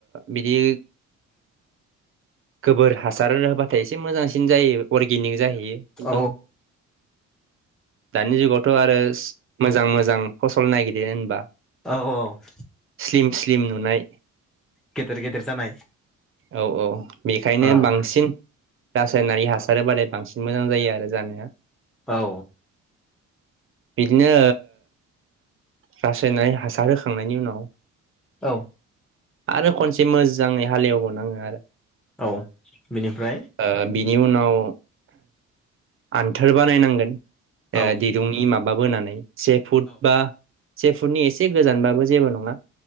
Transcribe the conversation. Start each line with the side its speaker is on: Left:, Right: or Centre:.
Right: बिदि गोबोर हासार रोबा फाथाय एसे मोजांसिन जायो। अर्गेनिक जाहैयो खिन्थु।
Centre: औ
Right: दानि जुगावथ' आरो मोजां मोजां फसल नायागिरो होनबा
Centre: औ औ <inaudible>
Right: स्लिम स्लिम नुनाय
Centre: गेदेर गेदेर जानाय
Right: औ औ बेखायनो
Centre: ओ
Right: बांसिन रासायनारि हासार होबालाय बांसिन मोजां जायो आरो जानाया।
Centre: औ।
Right: बिदिनो रासायनारि हासार होखांनायनि उनाव
Centre: औ।
Right: आरो खनसे मोजाङै हालेवबावोनाङो आरो
Centre: औ बेनिफ्राय
Right: ओ बिनि उनाव आन्थोर बानायनांगोन
Centre: औ
Right: ओ दिरुंनि माब माब बोनानै से फुट
Centre: औ
Right: बा से फुटनि एसे गोजानबाबो जेबो नङा।